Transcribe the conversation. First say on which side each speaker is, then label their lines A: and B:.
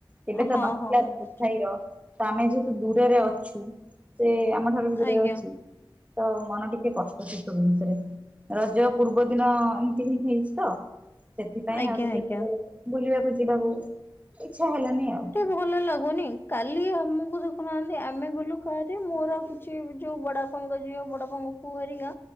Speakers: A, on the right (about 15°); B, on the left (about 25°).
A: କେବେତ
B: ହଁ
A: ନଥିଲା
B: ହଁ ମୁଁ ବୁଝୁ
A: ଭାଇର ତ ଆମେ ଯେହେତୁ ଦୂରରେ ଅଛୁ ସେ ଆମଠାରୁବି ଦୂରରେ
B: ଆଜ୍ଞା
A: ଅଛି ତ ମନ ଟିକେ କଷ୍ଟ ହୁଏ ଜୋରସରେ ରଜ ପୂର୍ବ ଦିନ ଏମିତିହିଁ ହେଇଚିତ ସେଥିପାଇଁ
B: ଆଜ୍ଞା
A: ଆଉ ଟିକେ
B: ଆଜ୍ଞା।
A: କୁଆଡ଼େ ବୁଲିବାକୁ ଯିବାକୁ ଇଚ୍ଛା ହେଲାନି ଆଉ।
B: ଏତେ ଭଲ ଲାଗୁନି କାଲି ଆମକୁ ଦେଖୁନାହାନ୍ତି ଆମେ ଗଲୁ କାରେ ମୋର ଆଉ କି ଯୋଉ ବଡ଼ବାପାଙ୍କ ଝିଅ ବଡ଼ବାପାଙ୍କ ପୁଅଅରିକା